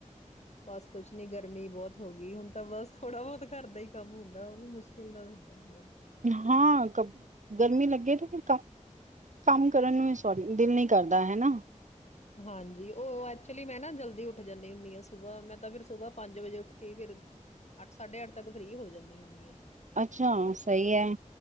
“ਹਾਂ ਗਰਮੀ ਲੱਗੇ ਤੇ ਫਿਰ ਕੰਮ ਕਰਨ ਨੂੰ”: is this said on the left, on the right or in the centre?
Right